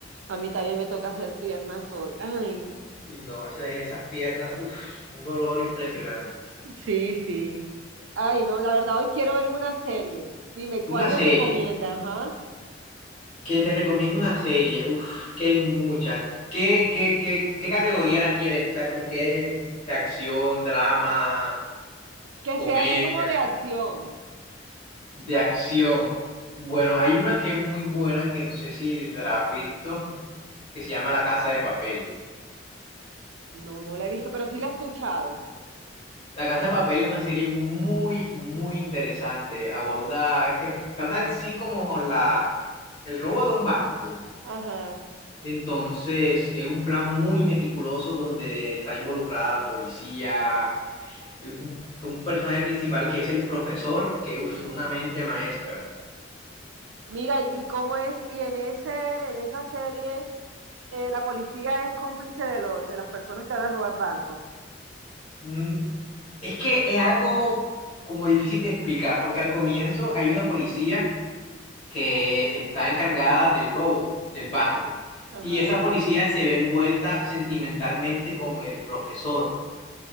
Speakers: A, on the right; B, on the left.
A: A mí también me toca hacer piernas hoy. Ay, no.
B: Uy, no, esas, esas piernas, uff, un dolor impresionante.
A: sí, sí. Ay, no, la verdad hoy quiero verme una serie. Dime, ¿cuál
B: Una
A: me
B: serie,
A: recomiendas? Ajá.
B: que te recomiendo una serie, uff, que hay muchas. ¿Qué, qué, qué, qué categoría la quieres? O sea, ¿con qué? ¿De acción, drama,
A: Que
B: comedia?
A: sea así como de acción.
B: De acción. Bueno, hay una que es muy buena que no sé si te la has visto. que se llama La Casa de Papel.
A: No, no la he visto, pero sí la he escuchado.
B: La Casa de Papel es una serie muy, muy interesante. Aborda, es que trata en sí como la, el robo de un banco.
A: Ajá.
B: Entonces, es un plan muy meticuloso donde está involucrada la policía, el- un personaje principal que es el profesor, que es
A: Mm.
B: una mente maestra.
A: Mira, ¿y cómo es? Y en ese, en esa serie, eh, la policía es cómplice de los, de las personas que van a robar bancos.
B: Mm, Es que es algo como difícil de explicar, porque al comienzo hay una policía que está encargada del robo del banco.
A: Ajá.
B: Y esa policía se ve envuelta sentimentalmente con el profesor.